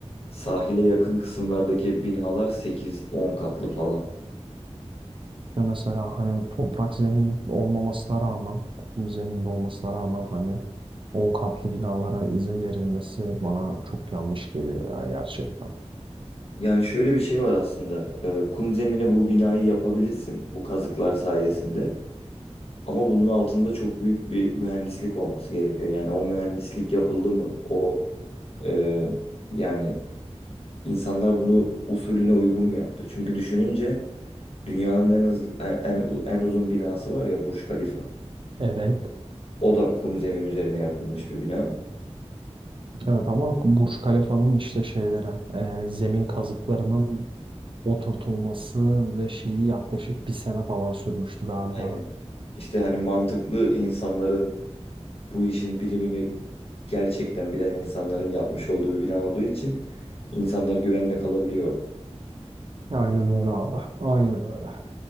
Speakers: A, on the left; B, on the right.
A: sahile yakın kısımlardaki binalar sekiz, on katlı falan.
B: Ve mesela hani toprak zemin olmamasına rağmen, kum zeminde olmasına rağmen hani 10 katlı binalara izin verilmesi bana çok yanlış geliyor ya gerçekten.
A: Yani şöyle bir şey var aslında. Ee, kum zemine bu binayı yapabilirsin bu kazıklar sayesinde. Ama bunun altında çok büyük bir mühendislik olması gerekiyor. Yani o mühendislik yapıldı mı? O e, yani insanlar bunu usulüne uygun mu yaptı? Çünkü düşününce dünyanın en hızlı, en, en en uzun binası var ya Burj Khalifa.
B: Evet.
A: O da kum zemin üzerine yapılmış bir bina.
B: Evet ama Burj Khalifa'nın işte şeylere, e, zemin kazıklarının oturtulması ve şeyi yaklaşık bir sene falan sürmüştü galiba.
A: Aynen. İşte hani mantıklı insanların bu işin bilimini gerçekten bilen insanların yapmış olduğu bir bina olduğu için insanlar güvenle kalabiliyor orada.
B: Aynen öyle abi. Aynen öyle.